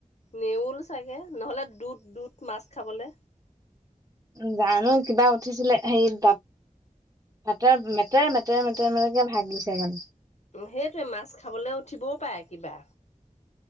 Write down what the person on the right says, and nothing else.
উম, জানো কিবা উঠিছিলে হে তাঁত তাতেৰ মেটৰ-মেটেৰ-মেটৰ-মেটৰকে ভাগিছে মানে।